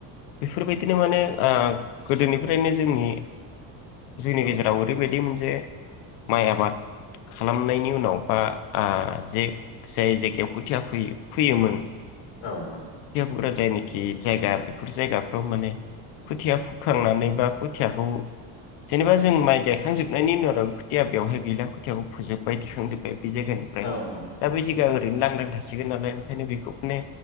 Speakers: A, on the left; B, on the left.
A: बेफोरबायदिनो माने आ एनिफ्रायनो जोंनि जोंनि
B: औ
A: गेजेराव ओरैबायदि मोनसे माइ आबाद खालामनायनि उनाव बा आ जे जाय जायगायाव खोथिया फोयो फोयोमोन
B: औ नोंथां।
A: फुरा जायनाखि जायगा बेफोर जायगाफ्राव माने खुथिया फु खांनानै बा खुथियाखौ जेनेबा जों माइ गायखांजोबनायनि उनाव खुथिया बेवहाय गैला खुथियाखौ फोजोब्बाय दिखांजोब्बाय बे जायगानिफ्राय
B: औ
A: दा बै जायगाया ओरैनो लांदां थासिगोन नालाय ओंखायनो बेखौ माने